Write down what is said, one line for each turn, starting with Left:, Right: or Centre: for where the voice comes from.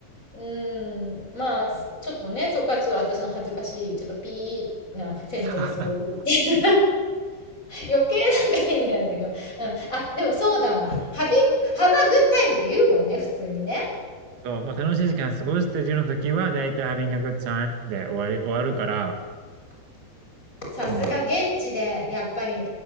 Left: うん、まあ、ちょっとね、そこからちょっと私の恥ずかしい、ちょっとピーなセンテンスを言って。
Right: <laughs>
Left: 余計なんか変になるけど。うん。あ、でもそうだわ。ハビン、ハバグッタイムって言うもんね、普通にね。
Right: そう、まあ楽しい時間過ごしてるの時は、だいたい having a good time で終わり、終わるから、
Left: さすが現地で、
Right: うん。
Left: やっぱり、